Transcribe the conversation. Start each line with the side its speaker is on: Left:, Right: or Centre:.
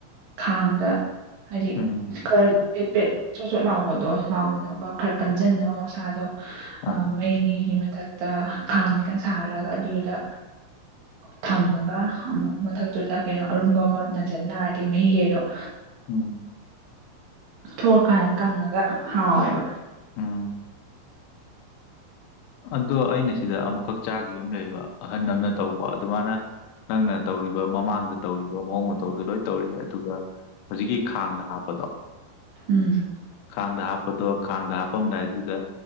Right: ꯈꯥꯡꯗ ꯍꯥꯏꯗꯤ
Left: ꯎꯝ
Right: ꯈꯔ ꯄꯦꯠ ꯄꯦꯠ ꯆꯣꯠ ꯆꯣꯠ ꯂꯥꯎꯕꯗꯣ ꯂꯥꯎꯗꯅꯕ ꯈꯔ ꯀꯟꯖꯟꯅꯕ ꯃꯁꯥꯗꯣ
Left: ꯑꯥ
Right: ꯑ ꯃꯩꯒꯤꯒꯤ ꯃꯊꯛꯇ ꯈꯥꯡ ꯈꯤꯇꯪ ꯁꯥꯍꯜꯂꯒ ꯑꯗꯨꯗ ꯊꯝꯃꯒ ꯑꯃꯨꯛ ꯃꯊꯛꯇꯨꯗ ꯀꯩꯅꯣ ꯑꯔꯨꯝꯕ ꯑꯃ ꯅꯟꯖꯟꯗꯥꯔꯗꯤ ꯃꯍꯤꯒꯩꯗꯣ ꯑ
Left: ꯎꯝ
Right: ꯊꯣꯛꯂꯀꯥꯟꯗ ꯀꯪꯉꯒ ꯍꯥꯎꯋꯦꯕ꯫
Left: ꯎꯝ ꯑꯗꯣ ꯑꯩꯅ ꯁꯤꯗ ꯑꯃꯨꯛꯈꯛ ꯆꯥꯈꯤꯕ ꯑꯃ ꯂꯩꯕ ꯑꯍꯜ ꯑꯃꯅ ꯇꯧꯕ ꯑꯗꯨꯃꯥꯏꯅ ꯅꯪꯅ ꯇꯧꯔꯤꯕ ꯃꯃꯥꯡꯗ ꯇꯧꯔꯤꯕ ꯃꯑꯣꯡ ꯃꯇꯧꯗꯨ ꯂꯣꯏ ꯇꯧꯔꯤ ꯑꯗꯨꯒ ꯍꯧꯖꯤꯛꯀꯤ ꯈꯥꯡꯗ ꯍꯥꯞꯄꯗꯣ
Right: ꯎꯝ
Left: ꯈꯥꯡꯗ ꯍꯥꯞꯄꯗꯣ ꯈꯥꯡꯗ ꯍꯥꯞꯄꯝꯗꯥꯏꯗꯨꯗ